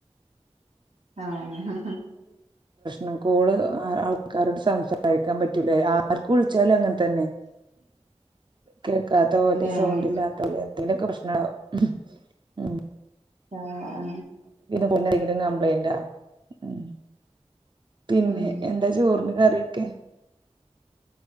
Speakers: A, on the right; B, on the right.
A: ആഹ്
B: ണ് കോള് ആ ആൾക്കാരോട് സംസാരിക്കാ പറ്റുല്ല അഹ് ആര്ക്ക് വിളിച്ചാലും അങ്ങ ത്തന്നെ കേൾക്കാത്ത പോലെ
A: ഏഹ്
B: സൗണ്ട് ഇല്ലാത്തോലെ യ്ലൊക്കെ പ്രശ്നവും ഉം ഉം
A: ആ ആ
B: ങ്കിലും കംപ്ലൈൻ്റൊ ഉം പിന്നെ
A: ഉം
B: എന്താ ചോറിന് കറി ക്കെ